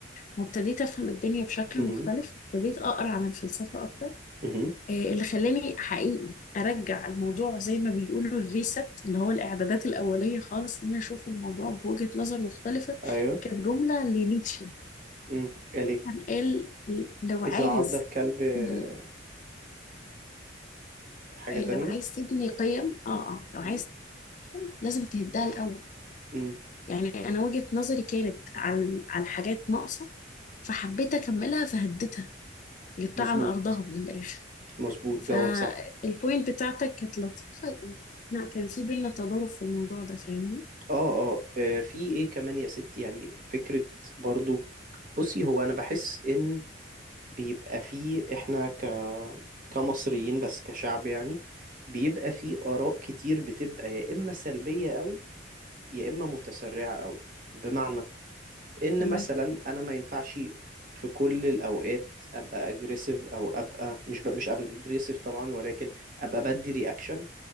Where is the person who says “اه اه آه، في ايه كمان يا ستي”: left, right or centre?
Right